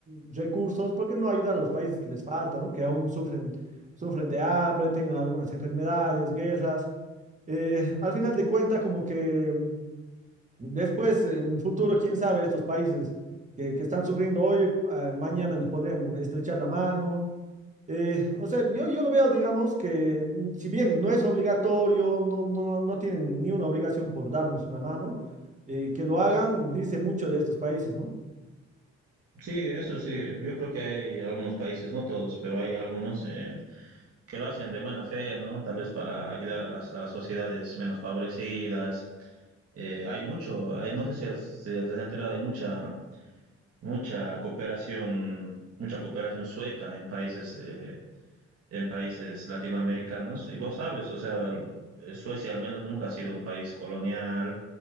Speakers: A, on the right (about 25°); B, on the right (about 50°).
A: recursos? ¿Por qué no ayudar a los países que les faltan, ¿no? Que aún sufren, sufren de hambre, tienen algunas enfermedades, guerras. Eh, al final de cuentas, como que mm, después, en un futuro, quién sabe, estos países que, que están sufriendo hoy, ah, mañana le podrían estrechar la mano eh, o sea, yo, yo lo veo, digamos, que mm, si bien no es obligatorio, no, no, no tienen ni una obligación por darnos una mano, eh, que lo hagan, dice mucho de estos países, ¿no?
B: Sí, eso sí, yo creo que hay algunos países, no todos, pero hay algunos eh, que lo hacen de buena fe, ¿no? Tal vez para ayudar a las, a las sociedades menos favorecidas. Eh, hay mucho, hay, no sé si, has- si te has enterado, hay mucha, mucha cooperación, mucha cooperación sueca en países eh, en países latinoamericanos. Y vos sabes, o sea, Suecia al menos nunca ha sido un país colonial,